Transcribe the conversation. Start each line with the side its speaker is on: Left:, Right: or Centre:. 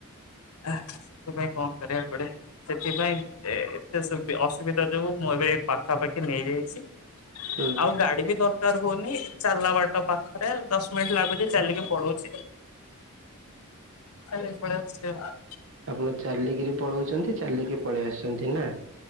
Left: ସେଥିପାଇଁ କଣ କରିବା ପଡେ? ସେଥିପାଇଁ ଏତେ ଅସୁବିଧା ଯୋଗୁ ମୁଁ ଏବେ ପାଖାପାଖି ନେଇଯାଇଛି।
Right: ହୁଁ
Left: ଆଉ ଗାଡି ବି ଦରକାର ହଉନି ଚାଲା ବାଟ ପାଖରେ ଦଶ ମିନିଟ ଲାଗୁଛି ଚାଲିକି ପଳଉଛି।
Right: ହଁ।
Left: ଖାଇଦେଇ କି ପଲଇ ଆସୁଚି ଆଉ।
Right: ଆପଣ ଚାଲିକିରି ପଳଉଛନ୍ତି ଚାଲିକି ପଳେଇ ଆସୁଛନ୍ତି ନା?